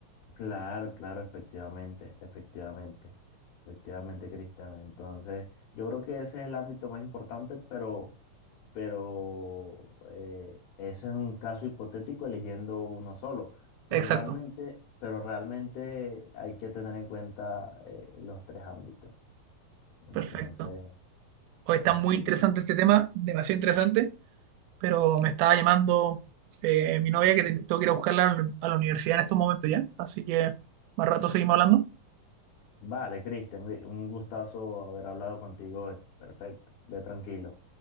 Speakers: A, on the left; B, on the right.
A: Claro, claro, efectivamente, efectivamente, efectivamente, Cristian. Entonces, yo creo que ese es el ámbito más importante, pero, pero eh, ese es un caso hipotético eligiendo uno solo. Pero
B: Exacto,
A: realmente, pero realmente hay que tener en cuenta eh, los tres ámbitos. Entonces,
B: perfecto. Hoy
A: eh,
B: está muy interesante este tema, demasiado interesante, pero me estaba llamando eh, mi novia que te- tengo que ir a buscarla a la a la universidad en estos momentos ya, así que más rato seguimos hablando.
A: vale, Cristian, un gustazo haber hablado contigo hoy. Perfecto, ve tranquilo.